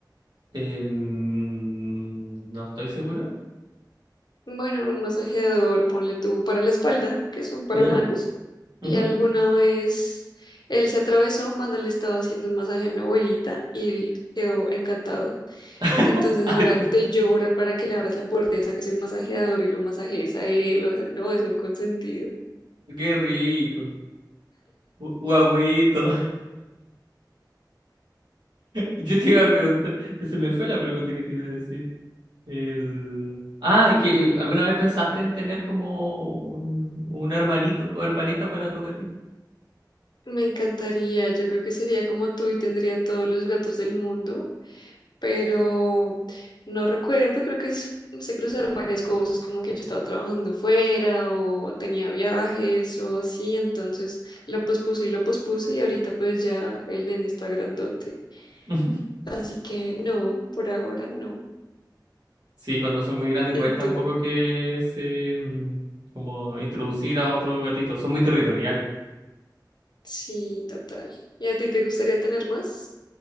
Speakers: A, on the right; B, on the left.
A: en- no estoy seguro.
B: Bueno, un masajeador, ponle tú para la espalda, que son para
A: ¿Ya?
B: humanos.
A: Ujú.
B: Y alguna vez él se atravesó cuando le estaba haciendo un masaje a mi abuelita y él quedó encantado.
A: <laughs>
B: Entonces ahora te llora para que le abras la puerta, esa que es el masajeador y lo masajes a él. O sea, no, es un consentido.
A: Qué rico. Gu- Guagüito. <laughs> Yo te iba a preguntar, se me fue la pregunta que te iba a decir. El... Ah, ¿y que eh, alguna vez pensaste en tener como un, un hermanito o hermanita para tu gatito?
B: Me encantaría, yo creo que sería como tú y tendría todos los gatos del mundo, pero no recuerdo, creo que es- se cruzaron varias cosas, como que yo estaba trabajando fuera o tenía viajes o así, entonces lo pospuse y lo pospuse y ahorita pues ya el nene está grandote,
A: <laughs>
B: así que no, por ahora no.
A: Sí, cuando son muy grandes
B: ¿Y
A: cuesta
B: tú?
A: un poco que se mm, como introducir a otro gatito. Son muy territoriales.
B: Sí, total. ¿Y a ti te gustaría tener más?